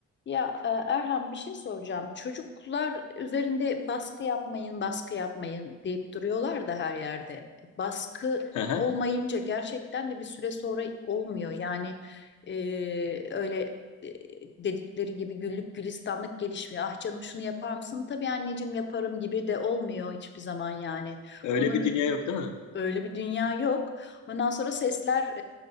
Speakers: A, on the left; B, on the left.
A: Ya e, Erhan bir şey soracağım. Çocuklar üzerinde baskı yapmayın, baskı yapmayın deyip duruyorlar da her yerde. Baskı
B: Aha,
A: olmayınca gerçekten de bir süre sonra olmuyor. Yani e, öyle e, dedikleri gibi güllük gülistanlık gelişmiyor. Ah canım şunu yapar mısın? Tabii anneciğim yaparım gibi de olmuyor hiçbir zaman yani.
B: Öyle
A: Bunun
B: bir dünya yok değil mi?
A: Öyle bir dünya yok. Ondan sonra sesler